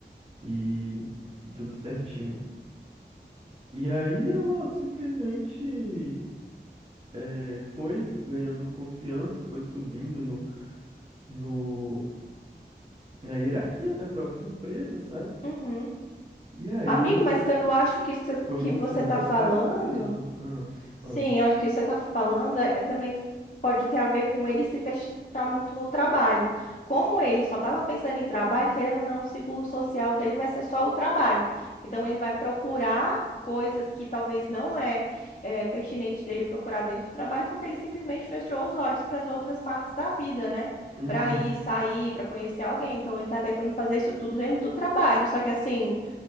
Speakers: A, on the right (about 35°); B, on the left (about 45°).
A: e, e tudo certinho. E aí ela simplesmente eh, foi ganhando confiança, foi subindo no, no, na hierarquia da própria empresa, sabe?
B: Uhum.
A: E aí
B: Amigo,
A: ele
B: mas eu acho que isso
A: foi
B: que
A: mostrando
B: você está
A: as
B: falando.
A: caras dele. Ah,
B: Sim,
A: fala.
B: eu acho que isso que você está falando é, é também pode ter a ver com ele se fechar muito no trabalho. Como ele só estava pensando em trabalho, querendo ou não, o círculo social dele vai ser só o trabalho. Então ele vai procurar coisas que talvez não é, é pertinente dele procurar dentro do trabalho, porque ele simplesmente fechou os olhos para as outras partes da vida, né?
A: Uhum.
B: Para ir, sair, para conhecer alguém. Então ele está tentando fazer isso tudo dentro do trabalho. Só que assim,